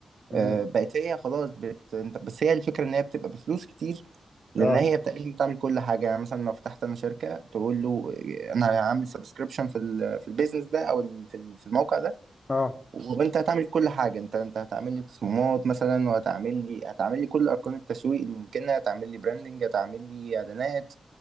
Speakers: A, on the left; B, on the right.
A: مم.
B: آه، بقت هي خلاص بت... أنت- بس هي الفكرة إن هي بتبقى بفلوس كتير لأن
A: اه
B: هي تقريبا بتعمل كل حاجة يعني مثلا لو فتحت أنا شركة تقول له آه، أنا هعمل سبسكريبشن في ال... في البيزنس ده أو ال... في ال- في الموقع ده
A: اه
B: وأنت هتعمل كل حاجة أنت أنت هتعمل لي تصميمات مثلا وهتعمل لي هتعمل لي كل أركان التسويق الممكنة هتعمل لي براندنج هتعمل لي إعلانات